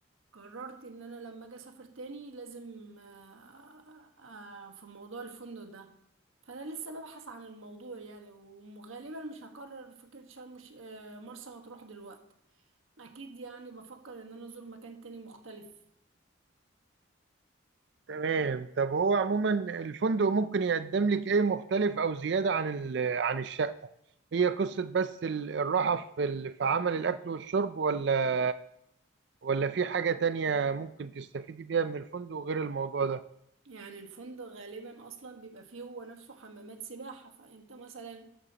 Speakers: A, on the right; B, on the right.
A: قررت ان انا لما اجي اسافر تاني لازم آه، آه، آه، في موضوع الفندق ده فانا لسه ببحث عن الموضوع يعني وغالبا مش هكرر فكرة شرم الش- آه، مرسى مطروح دلوقتي اكيد يعني بفكر ان انا ازور مكان تاني مختلف
B: تمام طب هو عموما الفندق ممكن يقدم لك ايه مختلف او زيادة عن ال- عن الشقة هي قصة بس ال- الراحة في ال- في عمل الاكل والشرب ولا ولا في حاجة تانية ممكن تستفيدي بيها من الفندق غير الموضوع ده
A: يعني الفندق غالبا اصلا بيبقى فيه هو نفسه حمامات سباحة فانت مثلا